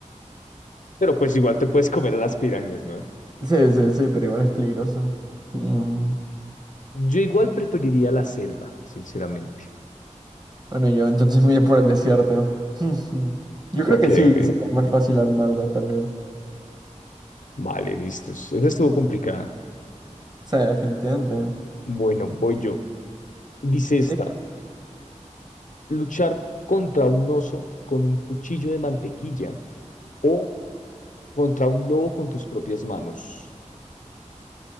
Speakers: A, on the left (about 85°); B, on the right (about 30°).
A: Pero pues igual te puedes comer a las pirañas, ¿no?
B: Sí, sí, sí, pero igual es peligroso. Mm.
A: Yo igual preferiría la selva, sinceramente.
B: Bueno, yo entonces me voy por el desierto. <laughs> Yo
A: Ok,
B: creo que sí,
A: ok.
B: sería más fácil armarla, tal vez.
A: Vale, listo. Esta estuvo complicada.
B: Sí, definitivamente.
A: Bueno, voy yo. Dice esta,
B: Sí.
A: luchar contra un oso con un cuchillo de mantequilla o contra un lobo con tus propias manos.